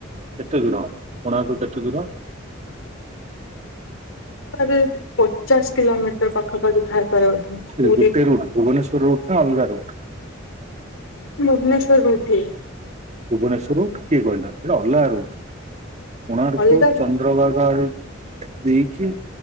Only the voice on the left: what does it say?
ଆରେ ପଚାଶ କିଲୋମିଟର୍ ପାଖାପାଖି ଥାଇ ପାରେ ବୋଧେ।
ପୁରୀ
ଭୁବନେଶ୍ୱର ରୁଟ୍ ହି।
ଅଲଗା